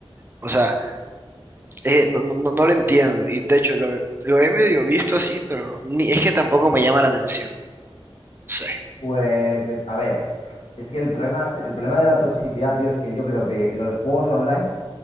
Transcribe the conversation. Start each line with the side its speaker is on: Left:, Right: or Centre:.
Right: O sea, eh, no, no, no- no lo entiendo. Y de hecho, lo, lo he medio visto así, pero no, ni, es que tampoco me llama la atención. No sé.
Left: Pues, es- a ver, es que el problema, el problema de la toxicidad, tío, es que yo creo que los juegos online